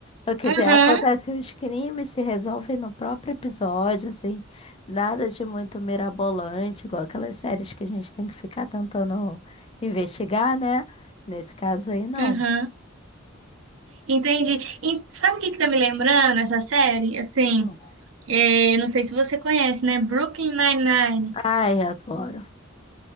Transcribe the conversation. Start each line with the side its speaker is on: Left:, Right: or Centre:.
Left: O que
Right: Aham,
Left: te- acontece os crimes se resolvem no próprio episódio, assim. Nada de muito mirabolante, igual aquelas séries que a gente tem que ficar tentando investigar, né? Nesse caso aí, não.
Right: aham. Entendi. E sabe o que que tá me lembrando essa série? Assim,
Left: Hum.
Right: eh, eu não sei se você conhece, né? Brooklyn Nine-Nine.
Left: Ai, adoro.